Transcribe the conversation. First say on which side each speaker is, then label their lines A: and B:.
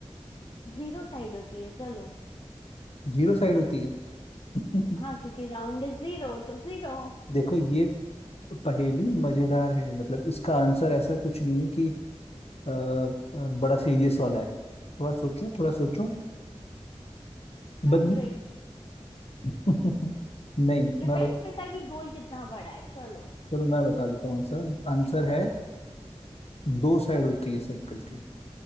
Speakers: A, on the left (about 50°); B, on the left (about 70°).
A: जीरो साइड होती है चलो
B: जीरो साइड होती है <laughs>
A: हाँ क्योंकि राउंड इज जीरो तो जीरो
B: देखो ये पहेली मजेदार है मतलब इसका आंसर ऐसा कुछ नहीं है कि अ, अ, बड़ा सीरियस वाला है थोड़ा सोचो थोड़ा सोचो
A: हंड्रेड
B: बद <laughs> नहीं
A: डिपेंड
B: मैं बत,
A: करता है कि गोल कितना बड़ा है चलो
B: चलो मैं बता देता हूँ आंसर आंसर है दो साइड होती है सर्कल की।